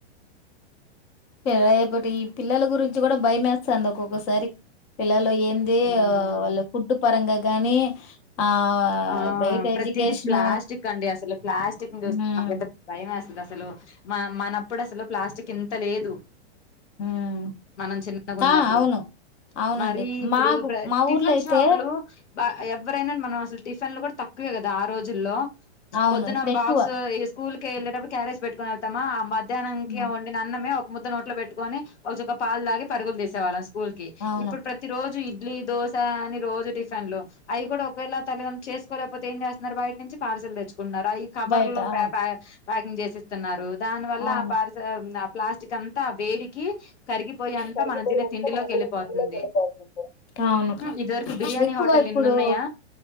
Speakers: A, on the left (about 25°); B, on the left (about 80°).
A: రేపటి ఈ పిల్లల గురించి కూడా బయ మేస్తాంది ఒక్కొక్కసారి పిల్లలు ఏంది
B: మ్మ్
A: వాళ్ళ ఫుడ్ పరంగా గానీ ఆహ్,
B: ఆ
A: బయట
B: ప్రతిదది
A: ఎడ్యుకేషను
B: ప్లాస్టిక్ అండి అసలు ప్లాస్టిక్ నాకు
A: హ్మ్.
B: అయితే భయం ఎస్తుంది. అసలు మ మనప్పుడు అసలు ప్లాస్టిక్ ఇంత లేదు
A: హ్మ్.
B: మనం చిన్నగా ఉన్నప్పుడు
A: ఆ! అవును. అవునండి.
B: మరి ఇప్పుడు
A: మాకు మా
B: టిఫిన్
A: ఊర్లో అయితే
B: షాపులు బ ఎవరైనా మనం అసలు టిఫిన్లు కూడా తక్కువే కదా ఆ రోజుల్లో
A: అవును.
B: పొద్దున
A: ఇప్పుడెక్కువ.
B: బాక్స్ ఈ స్కూల్ ఎ ఎళ్ళేటప్పుడు క్యారజ్ పెట్టుకుని వెళ్తామా అ మధ్యాహ్నం
A: హ్మ్.
B: కి వండిన అన్నమే ఒక ఒక ముద్ద నోట్లో పెట్టుకొ ఒక పాలు దాగి పరుగులు తీసేళ్ళ అసలు స్కూల్ కి
A: అవును.
B: ఇప్పుడు ప్రతి రోజు ఇడ్లీ దోశ అని రోజు టిఫిన్లు అవి కూడా ఒకేళ తల్లిద చేసుకోకపో ఏం చేస్తున్నారు బయటి నుంచి పార్సల్ తెచ్చుకుంటారు కున రాయి కబర్లు
A: బయట అవును.
B: పేపర్ ప ప్యాకింగ్ చేసిస్తున్నారు దాని వల్ల
A: అవును.
B: ఆ పార్సల్ న ప్లాస్టిక్ అంత వేడి క కరిగిపోయి అంతా
A: కరిగిపోయాక
B: మనం తిినే తిండిలోకి
A: మనకున్న
B: వెళ్ళిపోతుంది
A: పిండిలోకి వెళ్ళిపోతుంది అవును
B: ఇదివరకు బిర్యానీ
A: ఎక్కువ
B: హోటల్
A: ఇప్పుడు
B: నిన్న ఉన్నాయా